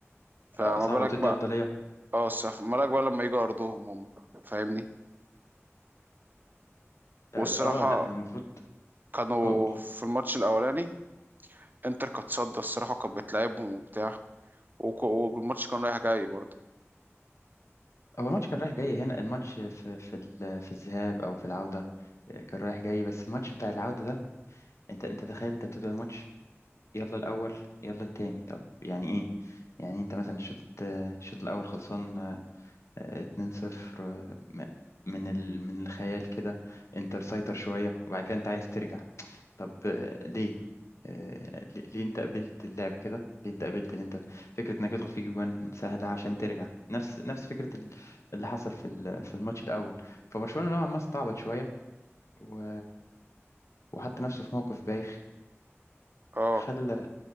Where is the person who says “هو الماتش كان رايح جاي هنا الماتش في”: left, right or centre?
Left